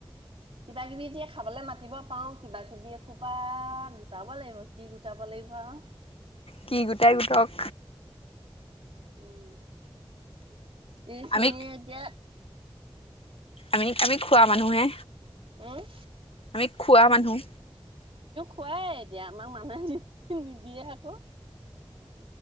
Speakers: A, on the right; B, on the left.
A: কিবা-কিবি এতিয়া খাবলৈ মাতিব পাও কিবা-কিবি এসোপা গোটাব লাগিব কি গোটাব লাগিব আৰু।
B: কি গোটাই গোটক।
A: উম এইখিনিয়ে
B: আমি
A: এতিয়া
B: আমি-আমি খোৱা মানুহে।
A: উম?
B: আমি খোৱা মানুহ।
A: খোৱাই এতিয়া আমাক মানুহে নি-নিদিয়ে আকৌ।